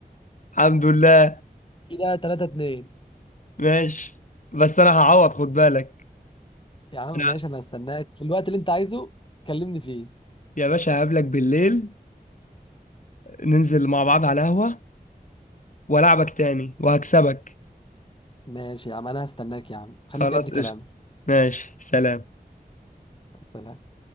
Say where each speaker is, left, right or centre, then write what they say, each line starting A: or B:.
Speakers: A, on the left; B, on the left.
A: الحمد لله
B: كده تلاتة اتنين
A: ماشي بس انا هعوض خد بالك
B: يا عم
A: انا
B: ماشي أنا هستناك في الوقت اللي أنت عايزه كلمني فيه
A: يا باشا هقابلك بالليل ننزل مع بعض على قهوة والعبك تاني وهكسبك
B: ماشي يا عم أنا هستناك يا عم خليك
A: خلاص
B: قد كلامك
A: قشطة ماشي سلام
B: سلام